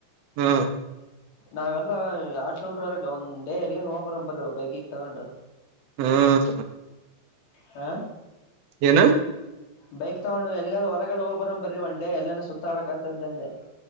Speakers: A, on the right; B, on the left.
A: ಹ್ಮ್
B: ನಾವೆಲ್ಲ ಯ ಹಾಷ್ಟಲ್ ಹುಡುರೆಲ್ಲ ಒನ್ ಡೇ ಎಲ್ಲಿಗಾನ ಹೋಗ್ಬರಮ ಬರ್ರೀ ಬ್ಯಾಗ್ ಗೀಗ್ ತಗೊಂಡು.
A: ಹ್ಮ್
B: ಹಾ
A: ಏನು
B: ಬೈಕ್ ತಗೊಂಡು ಎಲ್ಲಿಗಾರು ಹೊರಗಡೆ ಹೋಗ್ ಬರಮ್ ಬರ್ರಿ ಒಂಡೆ ಎಲ್ಲನು ಸುತ್ತಾಡಕ್ ಅಂತಂತಂದೆ.